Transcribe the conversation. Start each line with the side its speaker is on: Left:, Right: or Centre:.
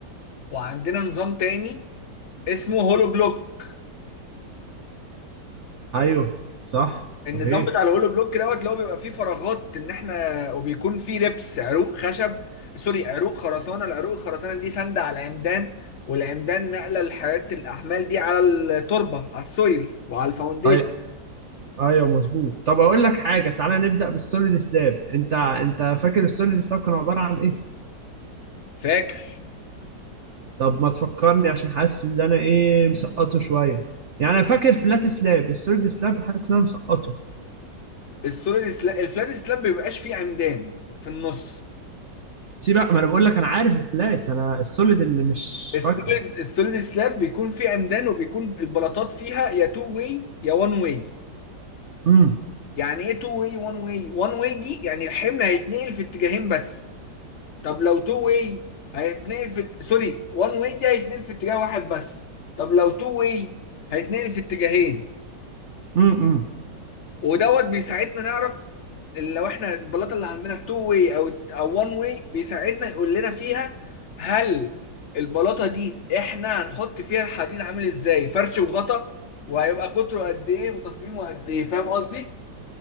Left: وعندنا نظام تاني اسمه هولو بلوك
Right: ايوه صح صحيح
Left: النظام بتاع الهولو بلوك دوت اللي هو بيبقى فيه فراغات ان احنا وبيكون فيه ربس عروق خشب سوري عروق خرسانه العروق الخرسانه دي ساندة على العمدان والعمدان نقله لحياه الاحمال دي على التربه على السويل وعلى الفاونديشن
Right: أي ايوه مظبوط طب اقول لك حاجه تعالى نبدا بالسوليد سلاب انت انت فاكر السوليد سلاب كانوا عباره عن ايه
Left: فاكر
Right: طب ما تفكرني عشان حاسس ان انا ايه مسقطه شويه يعني انا فاكر فلات سلاب السوليد سلاب حاسس ان انا مسقطه
Left: السوليد سلاب الفلات سلاب بيبقاش فيه عمدان في النص
Right: سيب بقى ما انا بقول لك انا عارف الفلات انا السوليد اللي مش
Left: السوليد
Right: فاكره
Left: السوليد سلاب بيكون فيه عمدان وبيكون البلاطات فيها يا تو واي يا وان واي
Right: امم
Left: يعني ايه تو واي وان واي وان واي دي يعني الحمل هيتنقل في اتجاهين بس طب لو تو واي هيتنقل في سوري وان واي دي هيتنقل في اتجاه واحد بس طب لو تو واي هيتنقل في اتجاهين
Right: امم
Left: ودوت بيساعدنا نعرف لو احنا البلاطه اللي عندنا تو واي او او وان واي بيساعدنا يقول لنا فيها هل البلاطه دي احنا هنحط فيها الحديد عامل ازاي فرش وغطا وهيبقى قطره قد ايه وتصميمه قد ايه فاهم قصدي